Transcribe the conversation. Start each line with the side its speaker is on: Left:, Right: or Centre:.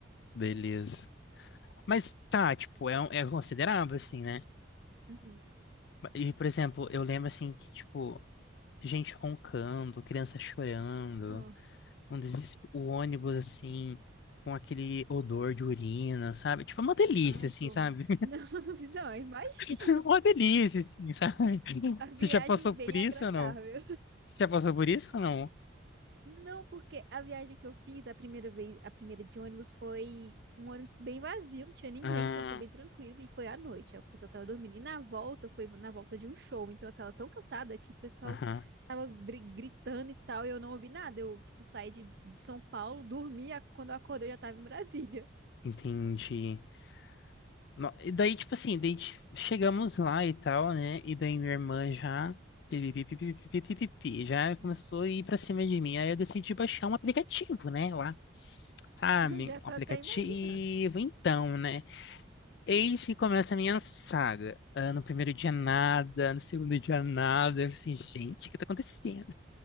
Left: beleza. Mas tá, tipo, é, um- é considerável assim, né?
Right: Uhum.
Left: E, por exemplo, eu lembro assim que, tipo, gente roncando, criança chorando,
Right: Nossa.
Left: um deses- o ônibus assim, com aquele odor de urina, sabe? Tipo, é uma delícia,
Right: Ai,
Left: assim,
Right: que horror.
Left: sabe?
Right: Não, <laughs> não, imagino.
Left: <laughs> Uma delícia, assim, <laughs> sabe?
Right: A viagem
Left: Você já passou
Right: bem
Left: por isso
Right: agradável.
Left: ou não? Você já passou por isso ou não?
Right: Não, porque a viagem que eu fiz, a primeira vez, a primeira de ônibus foi um ônibus bem vazio, não tinha ninguém,
Left: Ah,
Right: então foi bem tranquilo e foi à noite, aí o pessoal tava dormindo. E na volta, foi na volta de um show, então eu tava tão cansada que o pessoal
Left: aham,
Right: tava bri- gritando e tal, e eu não ouvi nada. Eu, tipo, saí de, de São Paulo, dormi, a- quando eu acordei eu já tava em Brasília.
Left: entendi. No- E daí, tipo assim, daí t- chegamos lá e tal, né? E daí minha irmã já. pi, pi, pi, pi, pi, pi, pi, pi, pi, Já começou
Right: <laughs>
Left: a ir pra cima de mim. Aí eu decidi baixar um aplicativo, né? Lá. Sabe,
Right: Já tô
Left: um aplicativo,
Right: até imaginando.
Left: então, né? Eis que começa a minha saga. Ah, no primeiro dia nada, no segundo dia nada. Eu assim, gente, o que tá acontecendo?